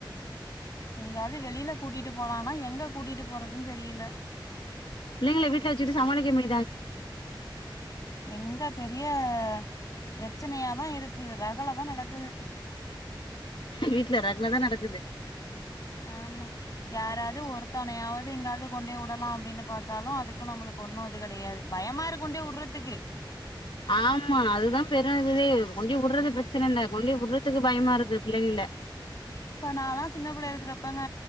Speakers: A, on the left; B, on the left.
A: எங்காது வெளியில கூட்டிட்டு போலான் னா எங்க கூட்டிட்டு போறதுன்னு தெரியல
B: பிள்ளைகளை வீட்டுல வச்சிட்டு சமாளிக்க முடிய
A: எங்க பெரிய அஹ் பிரச்சனையாதா இருக்கு ரகல தா நடக்குது
B: வீட்டுல ரகள தா நடக்
A: ஆமா யாராவது ஒருத்தவணையாவது எங்காவது கொண்டே வுடலா அப்டின்னு பாத்தாலு அதுக்கு நம்மளுக்கு ஒண்ணு இது கிடையாது பயமா இருக்கு கொண்டோய் வுடறதுக்கு
B: ஆமா அதுதா பெரும் இதுதே கொண்டோ வுடுறது பிரச்சனை இல்ல கொண்டி வுடறதுக்கு பயமா இருக்கு பிள்ளைங்க
A: இப்ப நாலா சின்னப்புள்ளயில இருக்கிறப்பங்க